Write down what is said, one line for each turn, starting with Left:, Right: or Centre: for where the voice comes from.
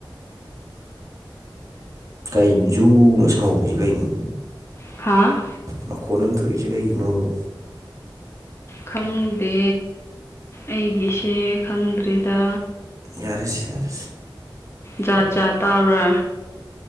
Right: ꯀꯩꯅꯣ ꯖꯨ ꯑꯅ ꯁꯧꯔꯤꯁꯤ ꯀꯩꯅꯣ
Left: ꯍꯥꯥ
Right: ꯃꯈꯣꯟ ꯑꯃ ꯊꯣꯛꯏꯁꯦ ꯀꯩꯒꯤꯅꯣꯕ
Left: ꯈꯪꯗꯦ ꯑꯩꯒꯤꯁꯦ ꯈꯪꯗ꯭ꯔꯤꯗ
Right: ꯌꯥꯔ ꯁꯤ ꯌꯥꯔ
Left: ꯖꯥꯠ ꯖꯥꯠ ꯇꯥꯕꯔꯥ